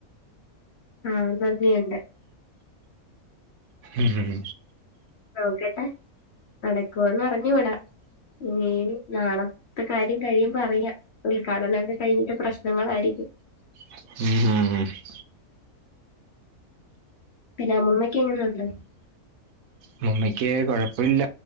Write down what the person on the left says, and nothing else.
ആഹ് നന്ദിയുണ്ട്
നോക്കട്ടെ നടക്കുവോന്ന് അറിഞ്ഞൂടാ ഉം നാളത്തെ കാര്യം കഴിയുമ്പോ അറിയാം ഉദ്ഘാടനൊക്കെ കഴിഞ്ഞിട്ട് പ്രശ്നങ്ങളായിരിക്കും.
പിന്നെ അമ്മൂമ്മയ്ക്ക് എങ്ങനെ ഉണ്ട്.